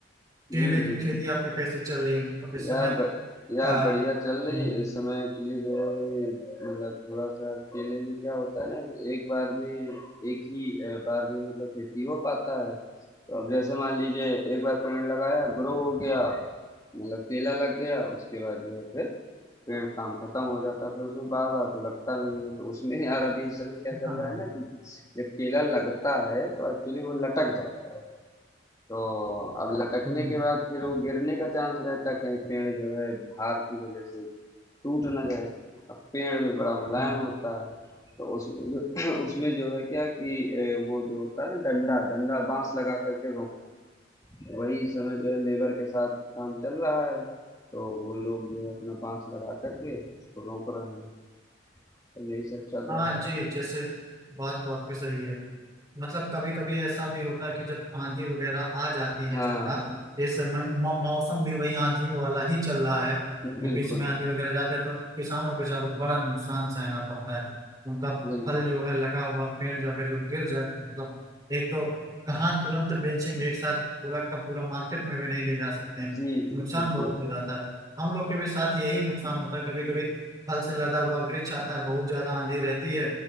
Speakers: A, on the right; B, on the left.
A: केले
B: जी जी
A: की खेती आपकी कैसी चल रही है मतलब इस समय
B: यार ब, यार
A: अ,
B: बढ़िया चल रही
A: हम्म,
B: है इस समय एक्चुअली जो है वही मतलब थोड़ा सा केले में क्या होता है ना कि एक बार में एक ही अ, बार में मतलब खेती हो पाता है तो अब जैसे मान लीजिए एक बार पेड़ लगाया ग्रो हो गया मतलब केला लग गया उसके बाद जो है फिर पेड़ काम खत्म हो जाता है फिर उसमें बार बार तो लगता नहीं है तो उसमें यार अभी इस समय क्या चल
A: हाँ,
B: रहा है ना कि जब केला लगता है तो एक्चुअली वो लटक जाता है तो अब लटकने
A: हम्म,
B: के बाद फिर वो गिरने का चांस रहता है कहीं पेड़ जो है भार की वजह से टूट ना जाए अब पेड़ भी बड़ा मुलायम
A: हम्म।
B: होता है तो उसमें जो <clears throat> उसमें जो है क्या कि ए, वो जो होता है ना डंडा डंडा बांस लगा करके रोकता है तो वही इस समय जो है लेबर के साथ काम चल रहा है तो वो लोग जो है अपना बांस लगा करके उसको रोक रहे हैं तो यही सब चल
A: हाँ
B: रहा
A: जी
B: है
A: जैसे बात वाकई सही है मतलब कभी कभी ऐसा भी होता है कि जब आंधी वगैरह आ जाती है
B: हाँ
A: ज्यादा ये समय मौ- मौसम भी वही आंधियों वाला ही चल रहा है क्योंकि
B: बिल्कुल
A: इसमें आंधी वगैरह जाते हैं तो किसानों बेचारों को बड़ा नुकसान सहना पड़ता है उनका
B: बिल्कुल
A: फल जो है लगा हुआ पेड़ जो अगर जो गिर जाए मतलब एक तो कहाँ तुरंत बेचेंगे एक साथ पूरा का पूरा मार्केट में भी नहीं ले जा सकते हैं
B: जी जी
A: नुकसान
B: बिल्कुल
A: बहुत हो जाता है हम लोग के भी साथ यही नुकसान होता है कभी कभी फल से लदा हुआ वृक्ष आता है बहुत ज्यादा आंधी रहती है